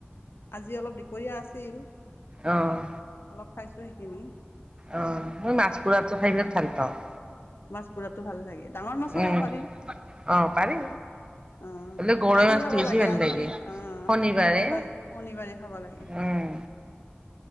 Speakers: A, on the left (about 70°); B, on the right (about 25°).
A: আজি অলপ দুপৰীয়া আছিল,
B: অ',
A: অলপ খাইছোঁ সেইখিনি।
B: অ', মই মাছ পোৰাটো খাই বিৰাত ভালপাওঁ।
A: মাছ পোৰাতো ভাললাগে। ডাঙৰ মাছো
B: উম,
A: খাব পাৰি।
B: অ', পাৰি।
A: অ',
B: হ'লে গৰৈ
A: আজি
B: মাছটো
A: খাব
B: বেছি
A: লাগে
B: ভাল
A: আজি অ',
B: শনিবাৰে
A: শনিবাৰ, শনিবাৰে খাব লাগে।
B: উম,